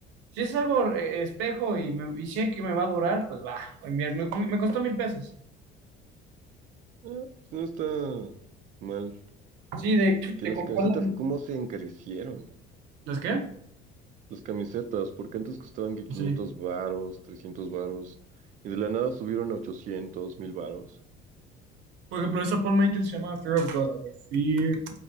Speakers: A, on the right; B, on the right.
A: si es algo eh, espejo y, me, y sé que me va a durar, pues va. Me, me- me costó mil pesos.
B: Ah, pues no está mal.
A: Sí, de,
B: Que
A: de
B: las
A: comprarla.
B: camisetas, ¿cómo se encarecieron?
A: ¿Las qué?
B: Las camisetas, porque antes costaban que quinientos
A: Sí.
B: varos, 300 varos, y de la nada subieron a 800, 1000 varos.
A: Por ejemplo, esa Paul Angel se llama Fear of God. A ver, Fear